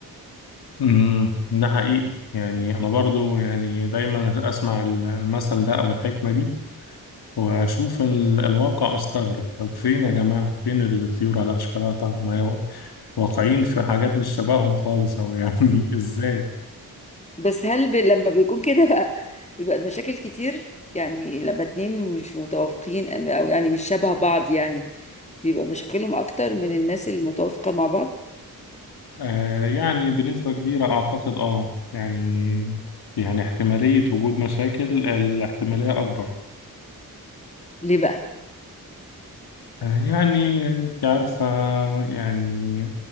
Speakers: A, on the left; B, on the left.
A: امم ده حقيقي يعني انا برضو يعني دايما اسمع ال- المثل ده او الحكمه دي واشوف ال- الواقع استغرب طب فين يا جماعه فين الطيور على اشكالها طالعه ما هي واقعين في حاجات مش شبههم خالص او يعني <laughs> ازاي
B: بس هل ب... لما بيكون كده بقى بيبقى المشاكل كتير يعني لما اتنين مش متوافقين أم- او يعني مش شبه بعض يعني بيبقى مشاكلهم اكتر من الناس المتوافقة مع بعض
A: آه يعني بنسبه كبيره اعتقد اه يعني يعني احتماليه وجود مشاكل الاحتماليه اكبر
B: ليه بقى
A: آه، يعني انت عارفة يعني